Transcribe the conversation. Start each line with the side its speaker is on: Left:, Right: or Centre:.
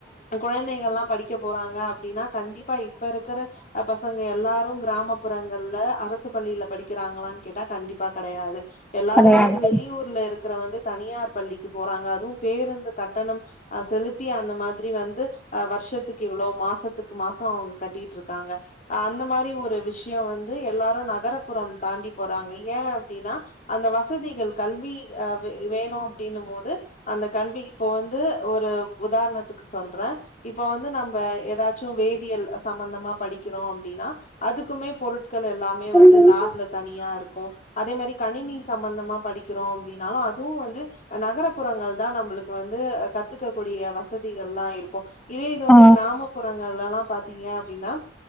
Left: அஹ் கொழந்தைகள்லா படிக்க போறாங்க அப்டினா கண்டிப்பா இப்ப இருக்குற அஹ் பசங்க எல்லாரு கிராமப்புறங்கள்ல அரசு பள்ளியில படிக்கிறாங்களான் கேட்டா கண்டிப்பா கெடையாது எல்லாரு
Centre: கதையாக
Left: வந்து வெளியூர்ல இருக்கிறவ வந்து தனியா யார் பள்ளிக்கு போறாங்க அதுவு பேருந்து கட்டணம் அஹ் செலுத்தி அந்த மாத் து அஹ் வர்ஷத்துக்கு இவ்ளோ மாசத்துக்கு மாச அவ்ங்க கட்டிட்டு இருக்காங்க அஹ் அந்த மாரி ஒரு விஷ்ய வந்து எல்லாரு நகரப்புறம் தாண்டி போறாங்க ஏ அப்டினா அந்த வசதிகள் கல்வி அஹ் வே வேணு அப்டின்னு மோது அந்த கல்வி இப்போ வந்து ஒரு உதார்ணத்துக் சொல்றே இப்ப வந்து நம்ப எதாச்சு வேதியல் சம்மந்தமா படிக்கிறோ அப்டினா அதுக்குமே பொருட்கள் எல்லாமே
Centre: ம்
Left: வந்து லேப்ல தனியா இருக்கு அதே மாரி கணினி சம்மந்தமா படிக்கிறோ அப்டினாலு அதுவு வந்து அஹ் நகரப்புறங்கள் தா நம்பளுக்கு வந்து அஹ் கத்துக்கக்கூடிய வசத் திகள்லா இருக்கு இதே இது வந்து
Centre: ஆ
Left: கிராமப்புறங்கள்லலா பாத்தீங்க அப்டினா